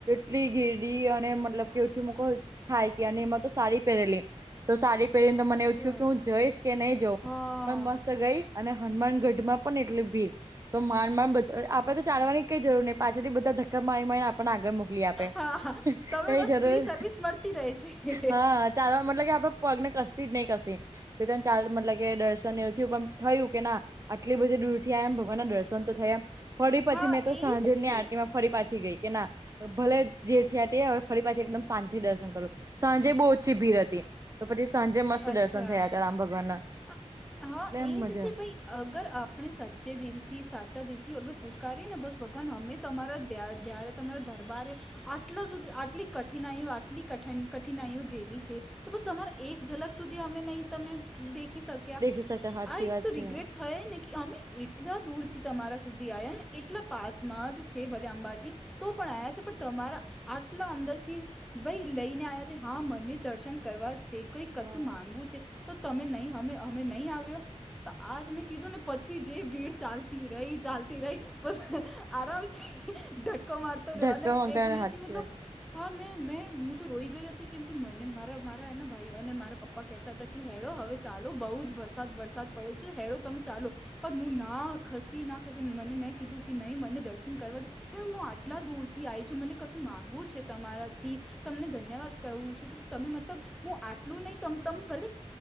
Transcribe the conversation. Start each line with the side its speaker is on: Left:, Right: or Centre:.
Right: એટલી ઘેરડી અને મતલબ કેઠી મકો થાય કે અને એમાં તો સાડી પહેરેલી. તો સારી પહેરીને તો મને
Centre: અચ્છા
Right: એવું થયું કે હું જઈશ કે નહી જઉં,
Centre: હા
Right: પણ મસ્ત ગઈ. અને હનુમાનગઢ માં પણ એટલે ભીડ. તો માણ માણડ આપડે તો ચાલવાની કઈ જરૂર નહી પાછળથી બધા ધક્કા મારી મારીને આપણને આગળ મોકલી આપ. કઈ
Centre: હા તમે બસ
Right: જરૂર
Centre: ફ્રી સર્વિસ મળતી રહે છે
Right: હા. હા, ચાલવા મતલબ કે આપડા પગ ને કસ્તી નહીં કસ્તી. બે ત્રણ ચાલ મતલબ કે દર્શન એવથી ઉપ થયું કે ના આટલી બધી દૂર થી આ એમ ભગવાન ના દર્શન તો થાય આમ ફળી પછી
Centre: હા
Right: મેં તો
Centre: એ
Right: સાંજે
Centre: જ છે
Right: ની આરતતી માં ફરી પાછી ગઈ કે ના ભલે જેથી તે હવે ફરી પાછી એકદમ શાંતિ દર્શન કરું સાંજે બહુ ઓછી ભીડ હતી. તો પછી સાંજે મસ્ત
Centre: અચ્છા
Right: દર્શન થયા હતા રામ ભગવાન ના.
Centre: હા, હા
Right: એટલે એમ
Centre: એ
Right: મજા
Centre: જ છે ભાઈ અગર આપણે સાચ્ચે દિલ થી સાચા દિલ થી અગર પૂકારીએ ને બસ ભગવાન અમે તમારા ધ્યા ધ્યારે તમારા દરબારે આટલા સુધી આટલી કઠિનાઈઓ આટલી કઠિન-કઠિનાઈઓ જેલી છે તો બ તમારે એક જલક સુધી અમે નહી તમે દેખી શક્યા
Right: દેખી શકે હાચી
Centre: આ એક
Right: વાત
Centre: તો
Right: છે
Centre: રિગ્રેટ થયા ને કે અમે એ એટલા દૂરથી તમારા સુધી આવ્યા ને એટલા પાસમાં જ છે ભલે અંબાજી તો પણ આયા છે પણ તમારા આટલા અંદરથી ભાઈ લઈને આવ્યા છે હા મને દર્શન કરવા છે કઈ
Right: હા
Centre: કશું માંગવું છે તો તમે નહહમે અમે નહી આવ્યો તો આજ મેં કીધું ને પછી જે ભીડ ચાલ તી રહી ચાલતી રહી બસ આરામથી ધક્કો મારતો રહ્યો
Right: ધક્કા
Centre: અને
Right: મારતા
Centre: એ પેલે
Right: હાચી
Centre: થી મતલબ
Right: વાત છે
Centre: હા મેં મેં હું તો રોઈ ગઈ હતી કેમકે મને મારા મારા એના ભાઈ અને મારા પપ્પા કહેતા હતા કે હેડો હવે ચાલો બઉુ જ વરસાદ વરસાદ પડે છે હેડો તમે ચાલો પણ હું ના ખસી ના ખસી મને મેં કીધું કે નહી મને દર્શન કરવા છે કે હું આટલા દૂરથી આઈ છું મને કશું માગવુ છે તમારાથી તમને ધન્યવાદ કહેવું છે તમે મતલબ હું આ ટલું ‌નઈ તમ-તમ ભલે